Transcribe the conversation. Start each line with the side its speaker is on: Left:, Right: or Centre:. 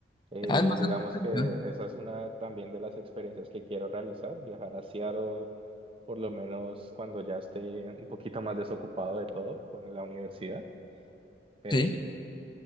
Right: Eh,
Left: Ah, es bastante
Right: digamos
Left: cerca.
Right: que esa es una también de las experiencias que quiero realizar, viajar a Seattle, por lo menos cuando ya esté un poquito más desocupado de todo con la universidad, pero
Left: Sí.
Right: sí.